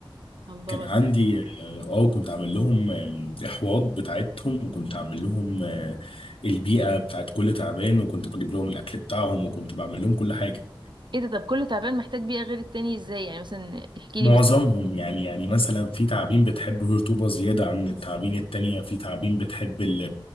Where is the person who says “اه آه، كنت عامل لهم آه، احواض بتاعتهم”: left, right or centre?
Left